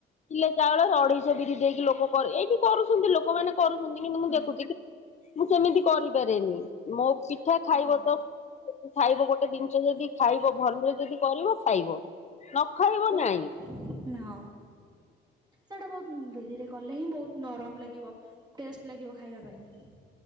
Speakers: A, on the left; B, on the right.
A: କିଲେ ଚାଉଳର ଅଢେଇଶ ବିରି ଦେଇକି ଲୋକ କର ଏଇଠି କରୁଛନ୍ତି ଲୋକମାନେ କରୁଛନ୍ତି କିନ୍ତୁ ମୁଁ
B: ହଁ
A: ଦେଖୁଛି ମୁଁ ସେମିତି କରିପାରେନି ମୋ ପି ପିଠା ଖାଇବ
B: ହଁ
A: ତ ଖାଇବ ଗୋଟେ ଜିନିଷ ଯଦି ଖାଇବ ଭଲରେ ଯଦି କରିବ ଖାଇବ। ନ ଖାଇବ
B: ବହୁତ
A: ନାଇଁ
B: ନା ସେଟା ବହୁତ ବିରିରେ କଲେ ହିଁ ବହୁତ ନରମ ଲାଗିବ ଟେଷ୍ଟ ଲାଗିବ ଖାଇବା ପାଇଁ।